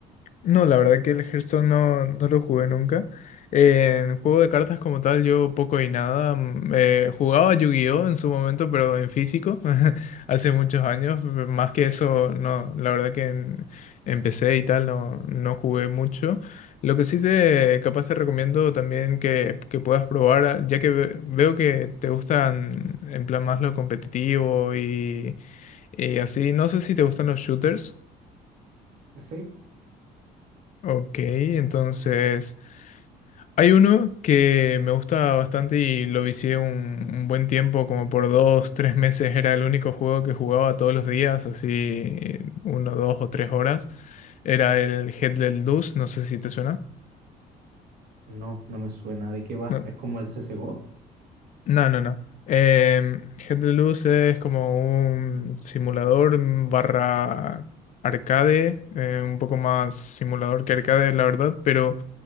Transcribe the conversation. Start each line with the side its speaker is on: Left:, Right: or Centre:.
Left: No, la verdad que el Hearthstone no, no lo jugué nunca. Eh, en juego de cartas como tal, yo poco y nada. Mm, eh, jugaba Yu-Gi-Oh en su momento, pero en físico, <laughs> hace muchos años. Más que eso, no, la verdad que en- empecé y tal, no, no jugué mucho. Lo que sí te, capaz te recomiendo también que, que puedas probar, ah, ya que ve- veo que te gustan en plan más lo competitivo y, y así. No sé si te gustan los shooters.
Right: ¿Sí?
Left: Ok, entonces hay uno que me gusta bastante y lo vicié un, un buen tiempo, como por dos, tres meses era el único juego que jugaba todos los días, así uno, dos o tres horas. Era el Headless Luz, no sé si te suena.
Right: No, no me suena. ¿De qué va?
Left: No,
Right: Es como el CSGO.
Left: no, no. no. Em, Headless Luz es como un simulador barra arcade, eh, un poco más simulador que arcade, la verdad, pero...